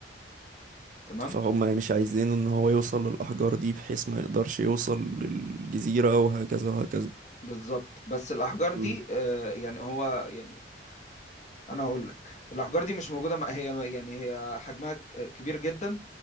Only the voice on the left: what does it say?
تمام
بالظبط بس الاحجار دي
آه يعني هو يعني انا هقول لك الاحجار دي مش موجوده م- هي يعني هي حجمها ك- كبير جدا